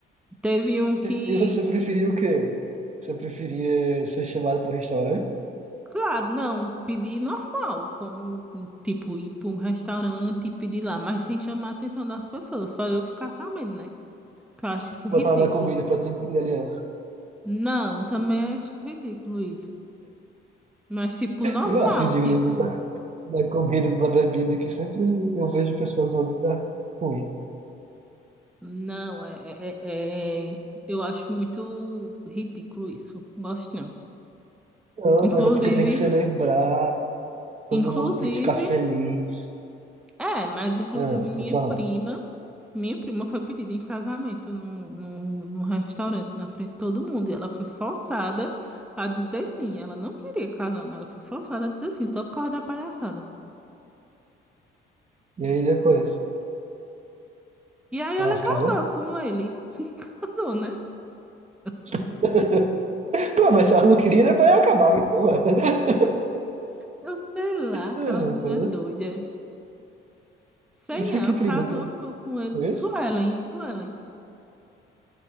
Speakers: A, in the centre; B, on the right.
A: Teve um que.
B: E você preferia o quê? Você preferia ser chamado para um restaurante?
A: Claro, não, pedir normal, como tipo ir para um restaurante e pedir lá, mas sem chamar a atenção das pessoas, só eu ficar sabendo, né? Que eu acho isso ridículo.
B: Botar na comida para te engolir a aliança?
A: Não, também acho ridículo isso. Mas tipo, normal,
B: Eu acho ridículo
A: tipo,
B: botar na comida, na bebida, que sempre eu vejo pessoas usando que dá ruim.
A: não, é, é, é, é- eu acho muito ridículo isso. Gosto não.
B: Não,
A: Inclusive,
B: mas é porque tem que celebrar, todo
A: inclusive.
B: mundo tem que ficar feliz.
A: É, mas inclusive
B: Ah,
A: minha
B: foi pra
A: prima,
B: lá.
A: minha prima foi pedida em casamento num, num, num restaurante na frente de todo mundo. E ela foi forçada a dizer sim. Ela não queria casar, mas ela foi forçada a dizer sim, só por causa da palhaçada.
B: E aí depois,
A: E aí
B: ela
A: ela
B: se
A: casou
B: casou?
A: com ele. <laughs> Casou, né? Ai.
B: <laughs> Pô, mas se ela não queria, depois ela acabava, então, ué. <laughs>
A: Eu sei lá, aquela
B: Ah,
A: menina
B: pô,
A: é doida. Sei
B: Isso
A: não, ela
B: aqui, prima,
A: casou,
B: tu
A: ficou com ele.
B: conhece?
A: Suelen, Suelen.